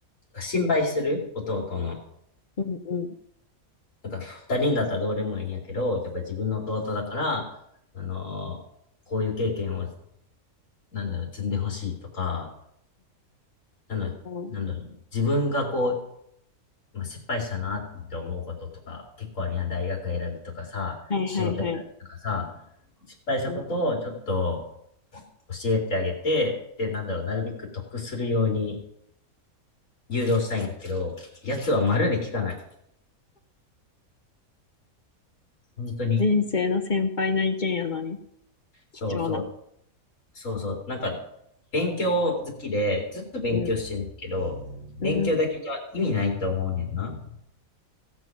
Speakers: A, on the left; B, on the left.
A: 心配する弟の。
B: うん、うん。
A: なんか二人だったらどうでもいいんやけど、やっぱ自分の弟だから、あのーこういう経験を、なんだろう、積んでほしいとか、なんだろう、
B: そう
A: なんだろう、自分がこう、まあ、失敗したなって思うこととか、結構あるやん。大学選びとかさ、
B: はいはいはい。
A: 仕事選びとかさ、失敗したことをちょっと
B: うん
A: 教えてあげて、で、なんだろう、なるべく得するように誘導したいんだけど、やつはまるで聞かない。本当に。
B: 人生の先輩の意見やのに、
A: そうそう。
B: 貴重な。
A: そうそう、なんか、勉強好きで、ずっと勉強してるけど、
B: うん、うん、
A: 勉強だけじゃ意味ないと思うねんな。